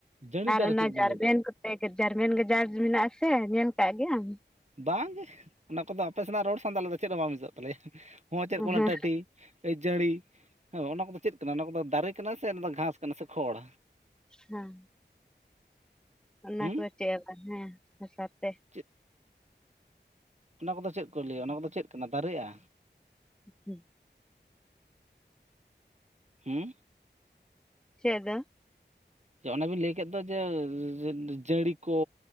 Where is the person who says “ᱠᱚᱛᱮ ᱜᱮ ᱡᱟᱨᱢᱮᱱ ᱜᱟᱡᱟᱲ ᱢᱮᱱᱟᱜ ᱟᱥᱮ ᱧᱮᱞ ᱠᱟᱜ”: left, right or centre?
Centre